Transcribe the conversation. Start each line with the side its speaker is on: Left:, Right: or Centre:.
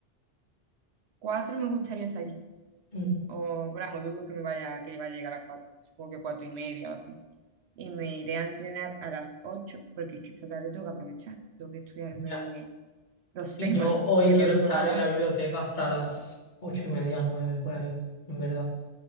Right: Cuatro me gustaría estar allí.
Left: Mm,
Right: O bravo, dudo que me vaya, que vaya a llegar a las cuatro. Supongo que cuatro y media o así. Y me iré a entrenar a las ocho, porque es que esta tarde tengo que aprovechar. Tengo que estudiarme
Left: ya.
Right: los
Left: Si
Right: temas,
Left: yo hoy
Right: que
Left: quiero
Right: dos no
Left: estar
Right: me va a dar.
Left: en la biblioteca hasta las ocho y media, nueve, por ahí, en verdad.